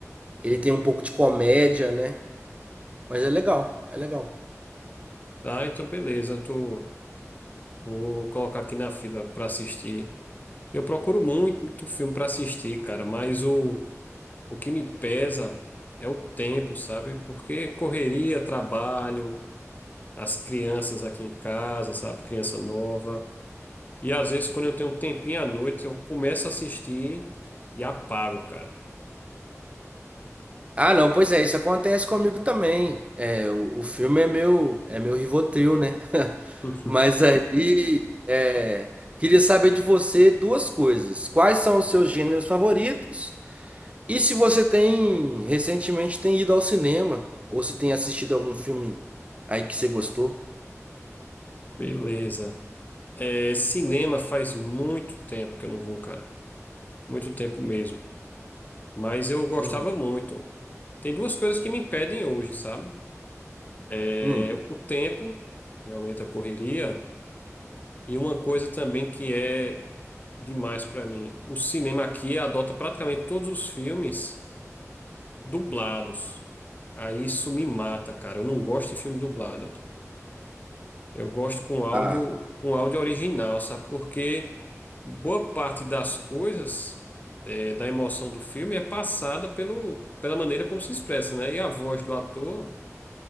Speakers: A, on the right; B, on the left.
A: ele tem um pouco de comédia, né? Mas é legal, é legal.
B: tá, então beleza. Tu... Vou colocar aqui na fila pra assistir. Eu procuro muito filme pra assistir, cara, mas o. O que me pesa é o tempo, sabe? Porque correria, trabalho, as crianças aqui em casa, sabe? Criança nova. E às vezes, quando eu tenho um tempinho à noite, eu começo a assistir e apago, cara.
A: Ah, não, pois é, isso acontece comigo também. É, o, o filme é meu, é meu Rivotril, né? <laughs>
B: <laughs>
A: Mas aí, é, queria saber de você duas coisas. Quais são os seus gêneros favoritos? E se você tem, recentemente tem ido ao cinema, ou se tem assistido algum filme aí que você gostou?
B: Beleza. É, cinema faz muito tempo que eu não vou, cara. Muito tempo mesmo. Mas eu gostava
A: Hum,
B: muito. Tem duas coisas que me impedem hoje, sabe? É
A: hum.
B: o tempo, realmente a correria, e uma coisa também que é. demais para mim. O cinema aqui adota praticamente todos os filmes dublados. Aí isso me mata, cara. Eu não gosto de filme dublado. Eu gosto com áudio,
A: Ah,
B: com áudio original, sabe? Porque boa parte das coisas, eh, da emoção do filme é passada pelo, pela maneira como se expressa, né? E a voz do ator